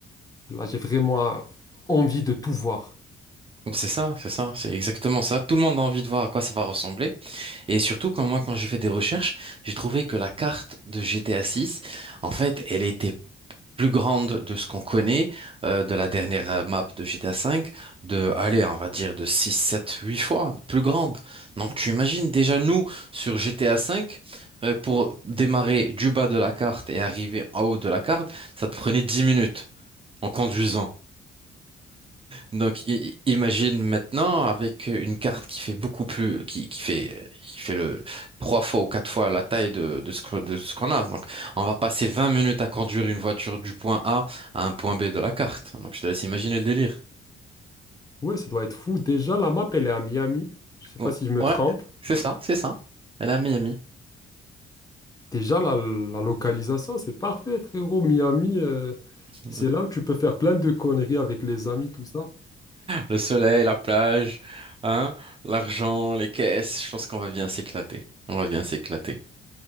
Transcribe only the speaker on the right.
C'est ça, c'est ça, c'est exactement ça. Tout le monde a envie de voir à quoi ça va ressembler. Et surtout, quand moi, quand j'ai fait des recherches, j'ai trouvé que la carte de GTA 6, en fait, elle était plus grande de ce qu'on connaît, euh, de la dernière euh, map de GTA 5, de, allez, on va dire de 6, 7, 8 fois plus grande. Donc, tu imagines déjà nous, sur GTA 5, euh, pour démarrer du bas de la carte et arriver en haut de la carte, ça te prenait 10 minutes en conduisant. Donc, i- i- imagine maintenant avec euh, une carte qui fait beaucoup plus, qui, qui fait, qui fait le trois fois ou quatre fois la taille de, de ce que- de ce qu'on a. Donc, on va passer 20 minutes à conduire une voiture du point A à un point B de la carte. Donc, je te laisse imaginer le délire.
Oh,
ouais,
c'est ça, c'est ça. Elle a Miami.
<laughs>
Le soleil, la plage, hein, l'argent, les caisses. Je pense qu'on va bien s'éclater. On va bien s'éclater.